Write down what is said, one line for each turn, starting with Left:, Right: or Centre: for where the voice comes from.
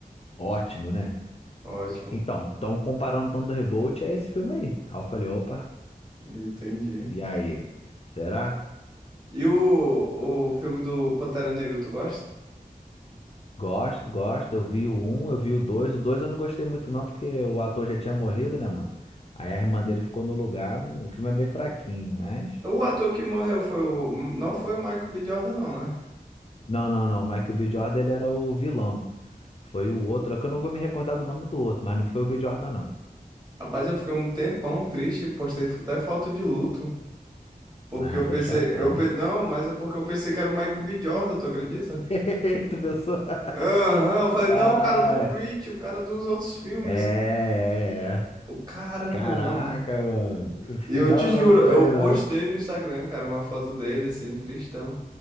Left: Ótimo, né?
Right: ó. Ótimo.
Left: Então, estão comparando Thunderbolt a esse filme aí. Aí eu falei, opa,
Right: Entendi.
Left: e aí? Será?
Right: E o, o filme do Pantera Negra, tu gosta?
Left: Gosto, gosto. Eu vi o um, eu vi o dois. O dois eu não gostei muito, não, porque o ator já tinha morrido, né, mano? Aí a irmã dele ficou no lugar. O filme é meio fraquinho, mas.
Right: O ator que morreu foi o. Não foi o Michael B. Jordan, não, né?
Left: Não, não, não. O Michael B. Jordan, ele era o vilão. Foi o outro. É que eu não vou me recordar do nome do outro, mas não foi o B. Jordan, não.
Right: Rapaz, eu fiquei um tempão triste, postei até foto de luto. Porque
Left: Ah,
Right: eu
Left: foi
Right: pensei.
Left: chatão.
Right: Eu, pe- não, mas é porque eu pensei que era o Michael B. Jordan, tu acredita?
Left: <laughs> Tu pensou? <laughs>
Right: Aham, eu falei, não,
Left: Ah,
Right: o cara do Creed, o cara dos outros filmes.
Left: é, é, é.
Right: O caramba,
Left: Caraca,
Right: eu me amarro.
Left: mano. <laughs>
Right: E eu
Left: Não,
Right: te juro,
Left: não, não
Right: eu
Left: foi ele,
Right: postei
Left: não.
Right: no Instagram, cara, uma foto dele, assim, tristão.